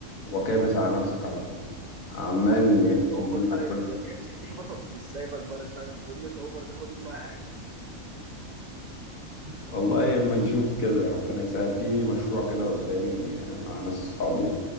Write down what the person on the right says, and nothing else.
طب خلاص خد
منه اوفر
تايم
اذا
ما كانش فيه بقى مش سايبك بره تايم خد منه اوفر خد منه اي حاجه